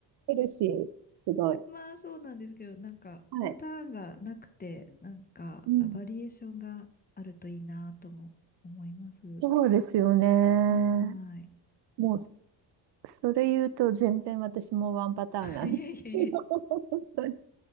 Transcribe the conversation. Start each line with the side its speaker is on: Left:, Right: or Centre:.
Right: ヘルシー、すごい。
Left: まあそうなんですけど、なんかパターンがなくて、
Right: はい。
Left: なんかあバリエーションがあるといいなとも思います。
Right: うん。そうですよね。
Left: はー
Right: もう、それ言うと全然私もワンパターンなんですけど、
Left: い。<laughs> いえいえいえ。
Right: <laughs> 本当に